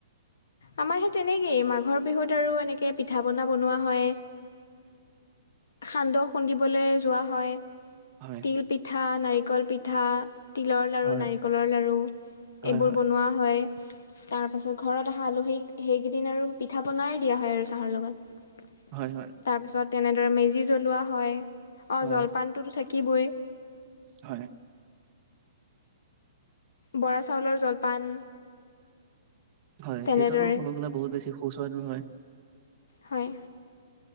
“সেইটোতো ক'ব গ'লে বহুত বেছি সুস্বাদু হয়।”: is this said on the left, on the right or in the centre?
Right